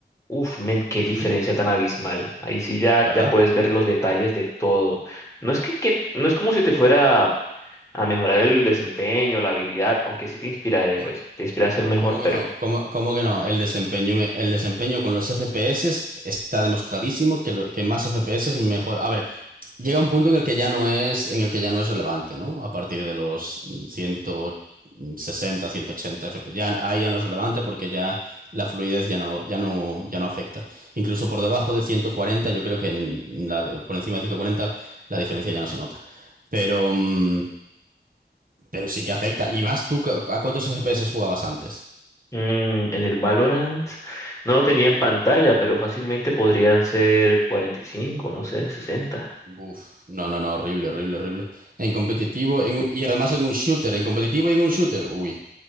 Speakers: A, on the left; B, on the right.
A: uff, men, qué
B: Ujú,
A: diferencia tan abismal. Ahí sí ya,
B: ¿Verdad?
A: ya puedes ver los detalles de todo. No es que, que- no es como si te fuera a mejorar el desempeño, la habilidad, aunque sí te inspira, eh,
B: Eh,
A: pues te inspira a ser mejor,
B: ¿cómo que
A: pero
B: no? ¿Cómo, cómo que no? El desempeño, me- el desempeño con los FPS está demostradísimo que, lo- que más FPS es mejor. A ver, Llega un punto en el que ya no es, en el que ya no es relevante, ¿no? A partir de los mm, 160, 180 FPS. Ya, ahí ya no es relevante porque ya la fluidez ya no, ya no, ya no afecta. Incluso por debajo de 140, yo creo que en la de- por encima de 140 la diferencia ya no se nota. Pero, mm, pero sí que afecta. Y más tú, ¿cu- ¿a cuántos FPS jugabas antes?
A: Mm, en el Valorant no lo tenía en pantalla, pero fácilmente podrían ser 45, no sé, 60.
B: Uf, no, no, no, horrible, horrible, horrible. En competitivo, en un- y además en un shooter, en competitivo y en un shooter, uy,